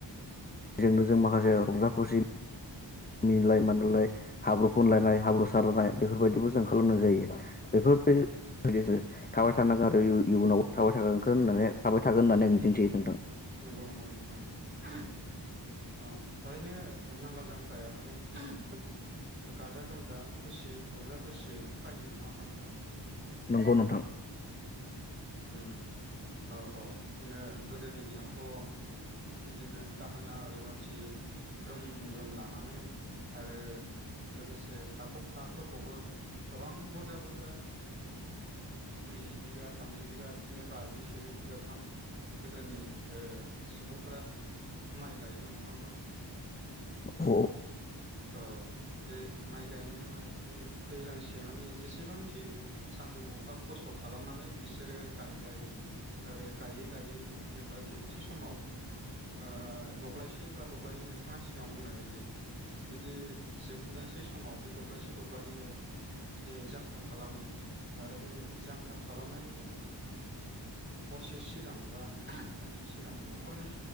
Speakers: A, on the left; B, on the right.
A: जजोंनो जों माखासे रंजा खुसि मिलाय मानलाय हाब्रु फुनलायनाय हाब्रु सारलायनाय बेफोरबायदिबो जों खालामनाय जायो बेफोर बेबायदि थाबाय थानांगोन आरो इयुनाव थाबाय थागोन होननानै थाबाय थागोन होननानै आं मिजिंथियो नोंथां।
B: नंगौ नंगौथगौ थारैनो नांगाल जांख्राया माने खोब गाजा गोमजा खुसियै रंजा खुसियै फालियो नङाहोमबा नोंथां।
A: नंगौ नोंथां।
B: ओम औ औ बिदिनो गोदोनि दिनावथ'। बिदिनो दाहोना रुवाथि ग्रोम। ग्रोम लानानै आरो। आरो। लोगोसे हाखौ हाफोर। खौबो गोबां बुरजा बुरजा नैजि बिघा। थामजि बिगा बिदिनो बाजि सेजौ बिगा गाहाम। गोदोनि ओ सुबुं। फोरा माइ गायोमोन नङा होमबा नोंथां
A: औ
B: औ बे माइ गायनायावहाय बे दैलां सि मानानि जेसेबांखि सान्दुं अखा खस्थ' खालामनानै बिसोरो गायबाय आरो गायै गायै जिंब्ला जोबथि समाव ओ दब्लायसे बा दब्लायनै नोंथाङा सिगाङाव बुंनाय बायदि बिदि जोबनोसै समाव बे दब्लायसे दब्लनैयाव जा-जांख्रा खालामो आरो बे जांख्रा खालामनायनि हरसे बे सिगां बा सानसे सिगां न' न'खरनि